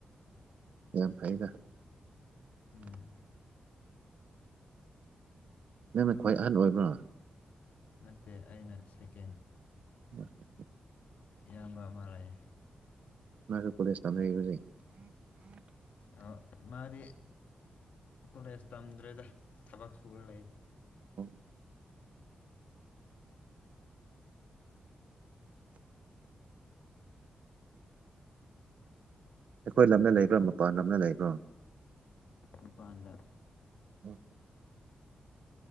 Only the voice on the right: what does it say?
ꯌꯥꯝ ꯐꯩꯗ
ꯅꯪꯅ ꯈ꯭ꯋꯥꯏ ꯑꯍꯟ ꯑꯣꯏꯕ꯭ꯔꯥ
<unintelligible>
ꯃꯥꯁꯨ ꯀꯂꯦꯖ ꯇꯝꯖꯕꯖꯩ
<unintelligible> ꯑꯩꯈꯣꯏ ꯂꯝꯅ ꯂꯩꯕ꯭ꯔꯥ ꯃꯄꯥꯟ ꯂꯝꯅ ꯂꯩꯕ꯭ꯔꯥ
ꯎ